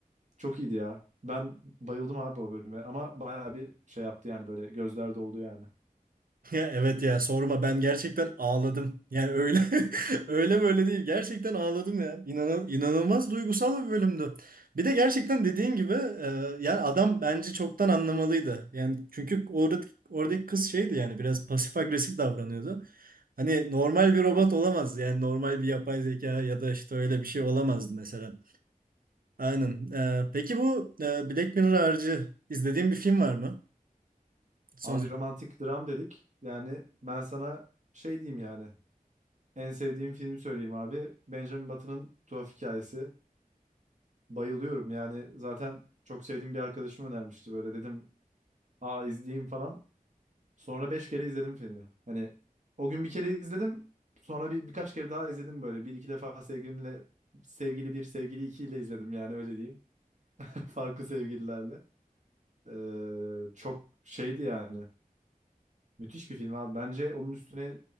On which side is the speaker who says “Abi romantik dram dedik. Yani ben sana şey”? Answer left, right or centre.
Right